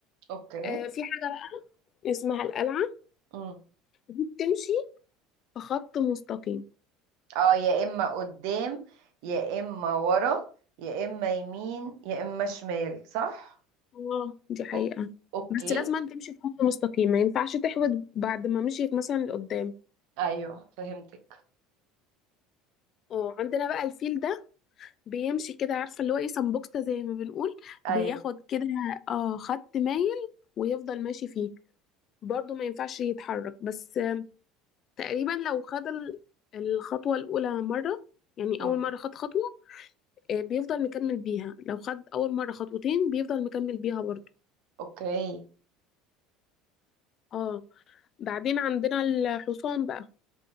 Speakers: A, on the right; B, on the left.
A: اوكي
B: آه في حاجة بقى اسمها القلعة
A: امم
B: دي بتمشي في خط مستقيم
A: اه يا اما قدام يا اما ورا يا اما يمين يا اما شمال صح
B: اه دي حقيقة
A: أو- اوكي
B: بس لازم أن تمشي في خط مستقيم ما ينفعش تحود بعد ما مشيت مثلا لقدام
A: ايوه فهمتك
B: اه عندنا بقى الفيل ده بيمشي كده عارفة اللي هو ايه سمبوكسة زي ما بنقول
A: ايوه
B: بياخد كده اه خط مايل ويفضل ماشي فيه برضه ما ينفعش يتحرك بس آم، تقريبا لو خد ال- الخطوة الأولى مرة يعني
A: امم
B: أول مرة خد خطوة آه، بيفضل مكمل بيها لو خد أول مرة خطوتين بيفضل مكمل بيها برضه
A: اوكي
B: اه بعدين عندنا الحصان بقى